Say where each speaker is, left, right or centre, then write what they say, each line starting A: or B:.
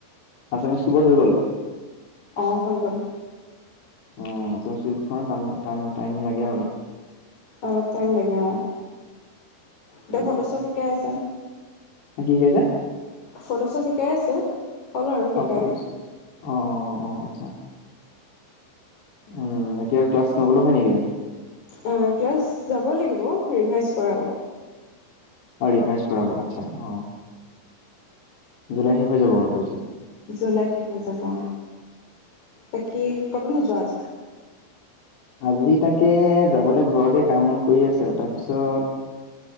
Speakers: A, on the left; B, on the left.
A: আছামিছ কিবৰ্ড হৈ গ'ল
B: অ, হৈ গ'ল।
A: অ, <inaudible> টাইম লাগে আৰু অলপ।
B: অলপ টাইম লাগে অ, দে
A: সেয়া
B: ফটো চব শিকাই আছে।
A: কি শিকাইছে?
B: ফটো চপ শিকাই আছে। হ'ল আৰু
A: হফ
B: শিকাই
A: ফটোচ অ, অ, আচ্ছা। উম, এতিয়া আৰু ক্লাছ নবলৈ হয় নেকিদিন?
B: অ, ক্লাছ যাব লাগিব ৰিভাইজ কৰাব।
A: অ, ৰিভাইজ কৰাব আচ্ছা অ। জুলাই শেষ হৈ যাব আৰু তাৰপিছত?
B: জুলাইত শেষ হৈ যাব অ, বাকী ক'ত নোযোৱা আজি?
A: আজি তাকে যাবলৈ ঘৰতে কাম কৰি আছোঁ তাৰপিছত